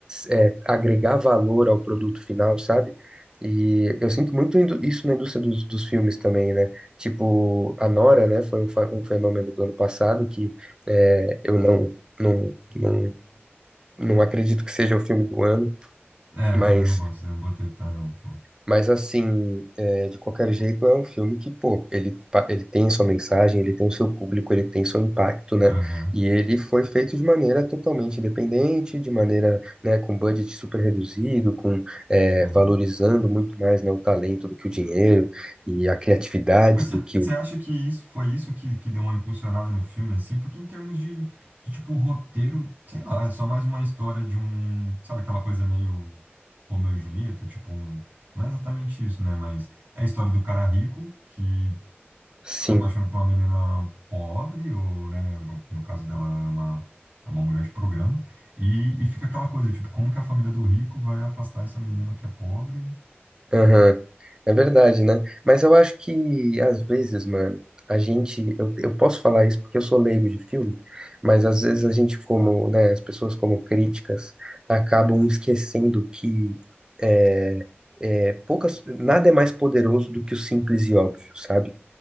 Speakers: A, on the right; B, on the right.
A: é, agregar valor ao produto final, sabe? E eu sinto muito indo- isso na indústria dos, dos filmes também, né? Tipo, a Nora, né, foi um, fa- um fenômeno do ano passado que é, eu não, não, não, não acredito que seja o filme do ano,
B: É, eu
A: mas,
B: também não gosto, eu não botei fé, não, pô.
A: mas assim, é, de qualquer jeito, é um filme que, pô, ele, pa- ele tem sua mensagem, ele tem o seu público, ele tem seu impacto, né?
B: Aham.
A: E ele foi feito de maneira totalmente independente, de maneira, né, com budget super reduzido, com, é,
B: Uhum.
A: valorizando muito mais, né, o talento do que o dinheiro e a criatividade
B: Mas
A: do que
B: você
A: o.
B: acha que isso foi isso que, que deu uma impulsionada no filme, assim? Porque em termos de, de, tipo, roteiro, sei lá, é só mais uma história de um, sabe, aquela coisa meio Romeu e Julieta, tipo, um- não é exatamente isso, né? Mas é a história do cara rico que,
A: Sim.
B: que se apaixona por uma menina pobre, ou, né, bom, no caso dela é uma, é uma mulher de programa, e, e fica aquela coisa, tipo, como que a família do rico vai afastar essa menina que é pobre?
A: Aham. É verdade, né? Mas eu acho que, às vezes, mano, a gente. Eu, eu posso falar isso porque eu sou leigo de filme, mas às vezes a gente, como, né, as pessoas como críticas, acabam esquecendo que é, é, poucas, nada é mais poderoso do que o simples e óbvio, sabe?